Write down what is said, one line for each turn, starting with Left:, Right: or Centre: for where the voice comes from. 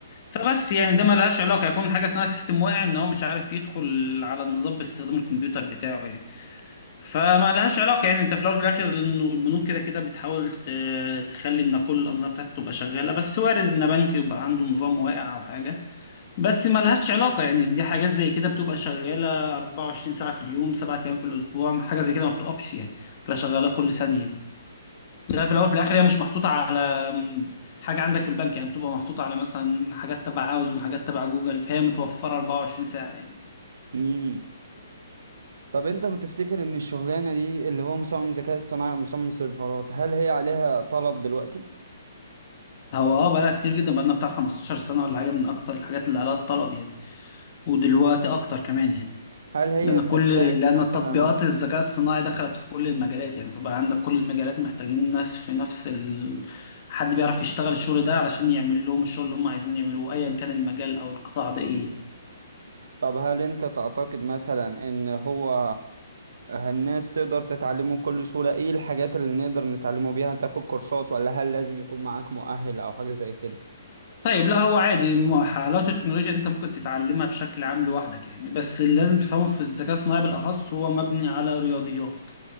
Left: فبس يعني ده ملهاش علاقه يكون حاجه اسمها سيستم واقع ان هو مش عارف يدخل على النظام باستخدام الكمبيوتر بتاعه يعني فما لهاش علاقه يعني انت في الاول وفي الاخر النو- البنوك كده كده بتحاول ت- تخلي ان كل الانظمه بتاعتها تبقى شغاله بس وارد ان بنك يبقى عنده نظام واقع او حاجه بس ملهاش علاقة يعني دي حاجات زي كده بتبقى شغالة 24 ساعة في اليوم سبعة أيام في الأسبوع حاجة زي كده ما بتقفش يعني بتبقى شغالة كل ثانية يعني لا في الأول في الآخر هي مش محطوطة على م، حاجة عندك في البنك يعني بتبقى محطوطة على مثلا حاجات تبع أمازون حاجات تبع جوجل فهي متوفرة 24 ساعة يعني
Right: امم طب انت بتفتكر ان الشغلانه دي اللي هو مصمم ذكاء اصطناعي ومصمم سيرفرات هل هي عليها طلب دلوقتي
Left: هو اه بقالها كتير جدا بقالنا بتاع 15 سنة ولا حاجة من أكتر الحاجات اللي عليها الطلب يعني ودلوقتي أكتر كمان يعني
Right: هل هي
Left: لأن
Right: بتحتاج
Left: كل لأن
Right: مثلا
Left: التطبيقات الذكاء الصناعي دخلت في كل المجالات يعني فبقى عندك كل المجالات محتاجين ناس في نفس ال... حد بيعرف يشتغل الشغل ده علشان يعمل لهم الشغل اللي هم عايزين يعملوه أيا كان المجال أو القطاع ده إيه
Right: طب هل انت تعتقد مثلا ان هو الناس تقدر تتعلمه بكل سهولة ايه الحاجات اللي نقدر نتعلمه بيها تاخد كورسات ولا هل لازم يكون معاك مؤهل او حاجة زي كده
Left: طيب لا هو عادي م- حلاوة التكنولوجيا إن أنت ممكن تتعلمها بشكل عام لوحدك يعني بس اللي لازم تفهمه في الذكاء الصناعي بالأخص هو مبني على رياضيات